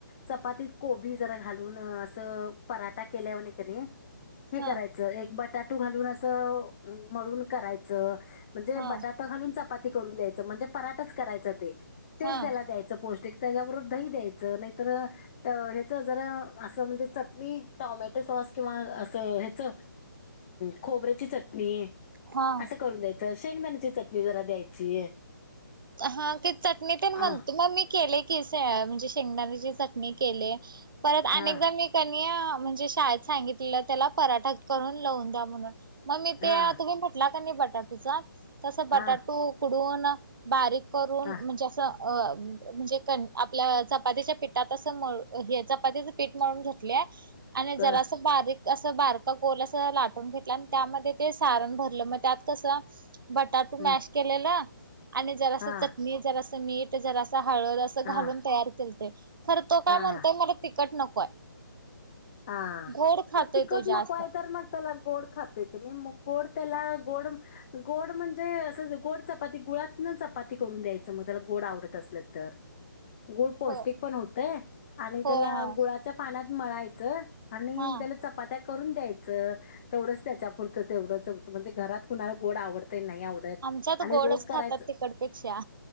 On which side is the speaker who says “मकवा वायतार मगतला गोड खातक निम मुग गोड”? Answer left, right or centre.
Left